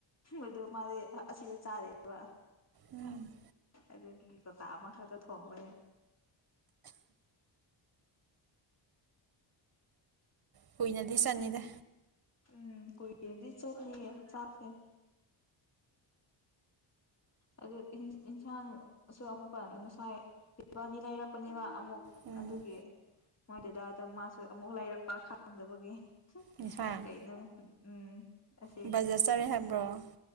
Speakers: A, on the left (about 30°); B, on the right (about 50°).
A: ꯑꯗꯨ ꯃꯥꯗꯤ ꯑꯁꯤꯗ ꯆꯥꯔꯦꯕ
B: ꯎꯝ
A: ꯑꯗꯨꯗꯒꯤ ꯂꯣꯇꯥ ꯑꯃꯈꯛꯇ ꯊꯣꯡꯕꯅꯦ
B: ꯀꯨꯏꯅꯗꯤ ꯆꯅꯤꯗ
A: ꯎꯝ ꯀꯣꯏ ꯏ ꯆꯠ ꯅ ꯆꯐꯦꯝ ꯑꯗꯨ ꯌꯦꯟꯁꯥꯡꯁꯨ ꯑꯃꯨꯛꯀ ꯉꯁꯥꯏ ꯏꯕꯥꯅꯤ ꯂꯩꯔꯛꯄꯅꯦꯕ ꯑꯃꯨꯛ
B: ꯎꯝ
A: ꯑꯗꯨꯗꯒꯤ ꯃꯣꯏꯗꯨꯗꯥ ꯑꯗꯨꯝ ꯃꯥꯁꯨ ꯑꯃꯨꯛ ꯂꯩꯔꯛꯄ ꯈꯥꯡꯪꯗꯕꯒꯤ
B: ꯏꯟꯁꯥꯡ
A: ꯀꯩꯅꯩꯅ ꯎꯝ ꯑꯁꯤꯁꯦ
B: ꯕꯖꯥꯔ ꯆꯠꯂꯦ ꯍꯥꯏꯕ꯭ꯔꯣ